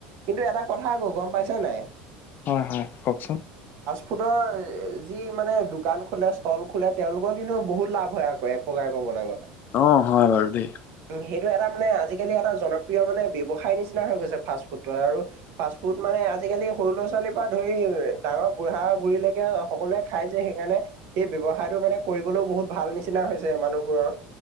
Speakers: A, on the right; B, on the left.
A: কিন্তু এটা কথা আকৌ গম পাইছেনে।
B: হয় হয়, কওকচোন।
A: ফুটৰ, যি মানে দোকান খোলে ষ্টল খোলে তেওঁলোকৰ হেনো বহুত লাভ হয় আকৌ এক প্ৰকাৰে কবলৈ গ'লে।
B: অ', হয় আৰু দে।
A: উম, সেইটো এটা মানে আজিকালি এটা জনপ্ৰিয় মানে ব্যৱসায় নিচিনা হৈ গৈছে ফাষ্ট ফুড আৰু ফাষ্ট ফুড মানে। আজিকালি সৰু ল'ৰা-ছোৱালীৰ পৰা ধৰি ডাঙৰ বুঢ়া-বুঢ়ীলৈকে সকলোৱে খাই যে সেইকাৰণে। এই ব্যয়ৱসায়টো মানে কৰিবলৈও বহুত ভাল নিচিনা হৈছে মানুহবোৰৰ।